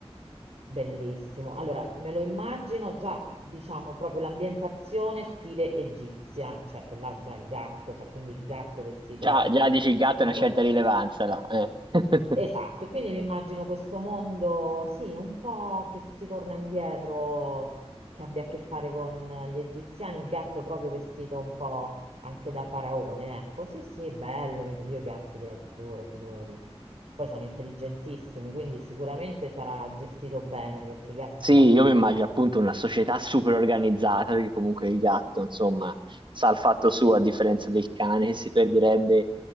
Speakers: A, on the right; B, on the right.
A: bellissimo. Allora, me lo immagino già, diciamo, proprio l'ambientazione stile egizia, cioè che là già il gatto, cioè quindi il gatto vestito
B: Già, già dici il gatto
A: tipo
B: ha una certa rilevanza là. eh. <laughs>
A: Esatto, quindi mi immagino questo mondo, sì, un po' che si torna indietro, che abbia a che fare con gli egiziani, il gatto proprio vestito un po' anche da faraone, ecco, sì, sì, bello, mi- io i gatti li adoro, figurati. Poi sono intelligentissimi, quindi sicuramente sarà gestito bene perché i gatti
B: Sì,
A: sono
B: io
A: intelligenti.
B: mi immagino appunto una società super organizzata, perché comunque il gatto, insomma, sa il fatto suo, a differenza del cane che si perderebbe